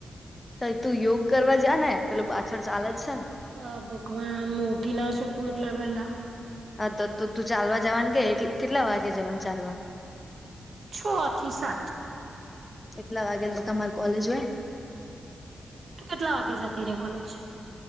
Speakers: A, on the left; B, on the right.
A: તો તું યોગ કરવા જા ને પેલું પાછળ ચાલે જ છે ને.
B: હ, ભગવાન મુ ઉઠી ના શકું એટલાં વેલા.
A: હા તો તો તું ચાલવા જવાને કે કેટલા વાગે જવાની ચાલવા?
B: છ થી સાત.
A: એટલા વાગે તો તમારી કોલેજ હોય ને.
B: તું કેટલા વાગે જતી રેયે કોલેજ.